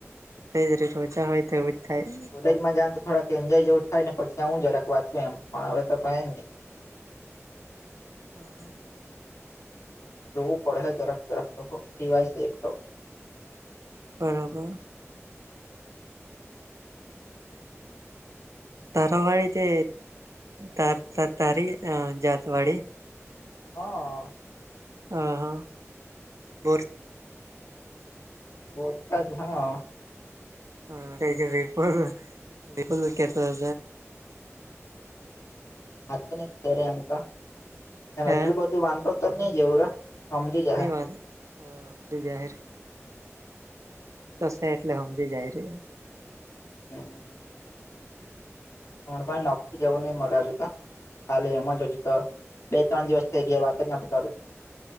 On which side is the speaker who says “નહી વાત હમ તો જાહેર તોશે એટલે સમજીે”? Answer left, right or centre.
Right